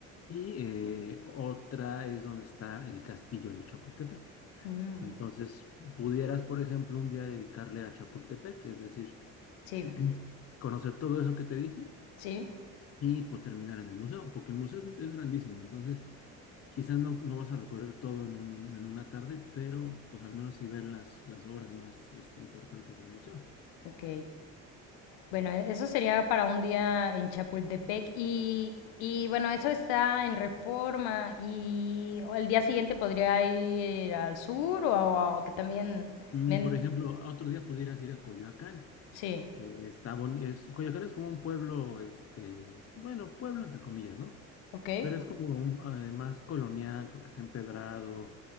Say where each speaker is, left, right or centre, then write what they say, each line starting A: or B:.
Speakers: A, on the left; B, on the left.
A: y eh, otra es donde está el castillo de Chapultepec.
B: Mm,
A: Entonces, pudieras, por ejemplo, un día dedicarle a Chapultepec, es decir,
B: sí,
A: <clears throat> conocer todo eso que te dije
B: sí.
A: y pues terminar en el museo, porque el museo es, es grandísimo, entonces... Quizá no, no vas a recorrer todo en un- en una tarde, pero pues al menos sí ver las, las obras más este, importantes del museo.
B: Ok. Bueno, e- eso sería para un día en Chapultepec y, y bueno, eso está en Reforma y el día siguiente podría ir al sur o, a- que también...
A: Mm,
B: me-
A: por ejemplo, otro día pudieras ir a Coyoacán,
B: sí,
A: que está bonito. Es, Coyoacán es como un pueblo, este, bueno, pueblo entre comillas, ¿no?
B: ok.
A: Pero es como un, eh, más colonial porque está empedrado,